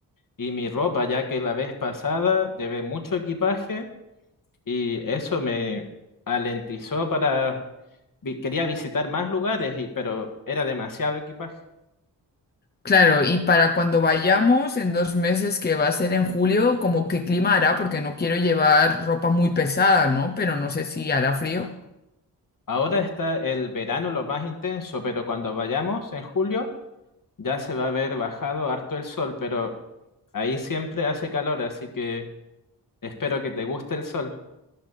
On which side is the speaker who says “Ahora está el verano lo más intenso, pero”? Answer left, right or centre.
Left